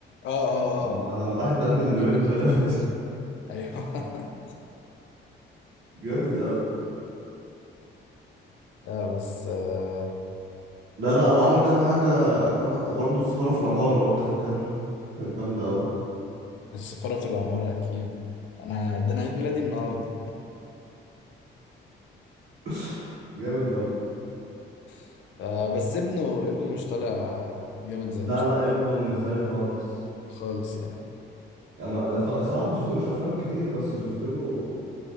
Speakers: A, on the left; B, on the right.
A: اه اه
B: لما
A: اه
B: لما
A: لما
B: راح
A: دخل
B: يتقدم
A: عليه
B: لبنته
A: كان عايز
B: يعني
A: يتجوزه ايوه <laughs>
B: <laughs> جامد قوي
A: لا بس آه...
B: لا لا هو عمل كام حاجه جام... برضه السفاره في العماره لو انت فاكرها كانت جامده قوي
A: السفارة في العمارة اكيد انا ده انا عيد ميلادي النهارده
B: <laughs> جامد قوي
A: <laughs> آه بس ابنه ابنه مش طالع جامد زيه
B: لا لا ابنه مش زيه خالص
A: خالص يعني
B: انا ص- صراحه ما شفتلوش افلام كتير بس شفت له